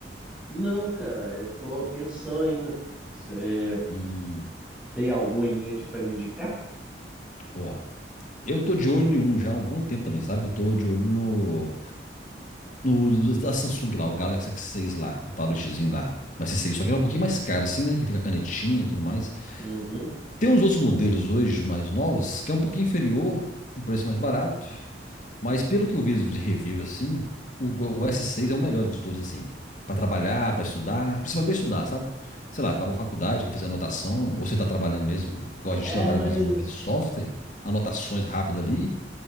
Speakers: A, in the centre; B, on the left.
A: não, cara, eu tô pensando ainda. Você
B: Hum,
A: tem algum em mente para me indicar?
B: ó. Eu tô de olho em um já há um bom tempo também, sabe? Tô de olho no, no da Samsung lá, o Galaxy S6 lá, o tabletzinho lá. O S6, só que ele é um pouquinho mais caro assim, né? Que fica a canetinha e tudo mais.
A: Uhum.
B: Tem uns outros modelos hoje mais novos que é um pouquinho inferior, um preço mais barato, mas pelo que eu vi de review assim, o, o S6 é o melhor de todos assim, para trabalhar, para estudar, principalmente para estudar, sabe? Sei lá, você vai para faculdade, quer fazer anotação, ou você tá trabalhando mesmo, igual a gente
A: É,
B: trabalha
A: mas.
B: com desenvolvimento de software, anotações rápidas ali,